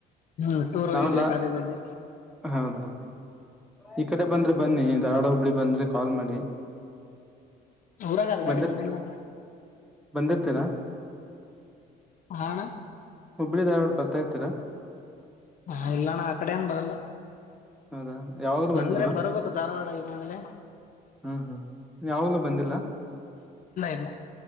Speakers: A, on the left; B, in the centre.
A: ಹ್ಮ್ ಟೂರ್ ಹೋಗಿದ್ವಿ
B: ನಾವೆಲ್ಲ
A: ಕಾಲೇಜಲ್ಲಿ
B: ಹೌದಾ ಈ ಕಡೆ ಬಂದ್ರೆ ಬನ್ನಿ ಧಾರವಾಡ ಹುಬ್ಳಿ ಬಂದ್ರೆ ಕಾಲ್ ಮಾಡಿ
A: ಊರಾಗದು ಗಾಡಿ
B: ಬಂದಿರ್ತ್
A: ತಲ್ಲ
B: ಬಂದಿರ್ತೀರಾ
A: ಹಣ
B: ಹುಬ್ಬಳಿ ದಾರ್ೋಡ್ ಬರ್ತಾ ಇತೀರಾ
A: ಹಾ ಇಲ್ಲಣ್ಣ ಆ ಕಡೆ ಏನ್ ಬರಲ್ಲ
B: ಹೌದಾ ಯಾವಾಗ್ಲೂ
A: ಬಂದ್ರೆ
B: ಬಂದಿಲ್ವಾ
A: ಬರ್ಬೇಕು ಧಾರವಾಡ ಮಲೆ್ಮ ಇಲ್ಲ
B: ಹಾ ಹಾ ಯಾವಾಗ್ಲೂ ಬಂದಿಲ್ಲ
A: ಇಲ್ಲ